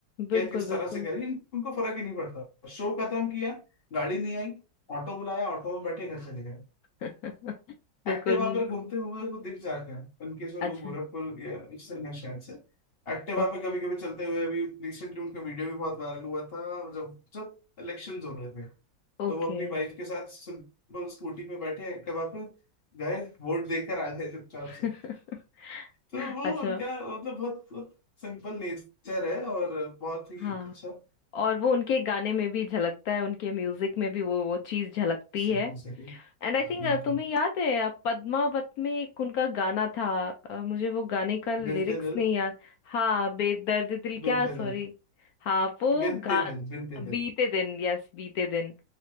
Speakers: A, on the left; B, on the left.
A: क्या
B: बिल्कुल
A: किस तरह
B: बिल्कुल
A: से कह रहे हैं उनको फर्क ही नहीं पड़ता शो खत्म किया गाड़ी नहीं आई ऑटो बुलाया ऑटो में बैठे घर चले गए
B: <laughs> बिल्कुल
A: एक्टिवा
B: हम्म,
A: पर घूमते हुए वो दिख जाते हैं उनके से
B: अच्छा
A: वो गोरखपुर या इससे है शायद से एक्टिवा
B: Okay
A: पे कभी कभी चलते हुए अभी रिसेंटली उनका वीडियो भी बहुत वायरल हुआ था और जब जब इलेक्शन हो रहे थे
B: okay
A: तो वो अपनी वाइफ के साथ सिंपल स्कूटी पे बैठे एक्टिवा पे गए वोट देकर आ गए चुपचाप
B: <laughs>
A: से तो वो
B: अच्छा
A: उनका मतलब बहुत, बहुत सिंपल नेचर है और बहुत ही
B: हाँ
A: अच्छा
B: और वो उनके गाने में भी झलकता है उनके म्यूजिक में भी वो वो चीज झलकती
A: सेकंड
B: है एंड आई थिंक
A: उनका
B: तुम्हें याद है uh, पद्मावत में एक उनका गाना था uh, मुझे वो गाने का लिरिक्स
A: बिनते दिल
B: नहीं याद हाँ बेदर्द दिल क्या
A: बिनते
B: सॉरी
A: दिल
B: हाँ वो
A: बिनते
B: गा
A: दिल बिनते दिल
B: बीते दिन यस बीते दिन